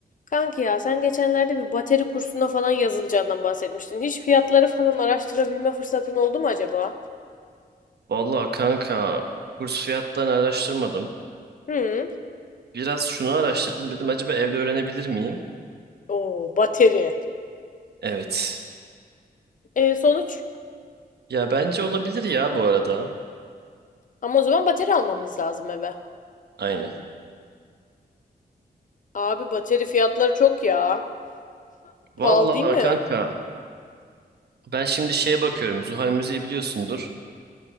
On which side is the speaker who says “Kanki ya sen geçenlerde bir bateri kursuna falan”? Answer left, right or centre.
Left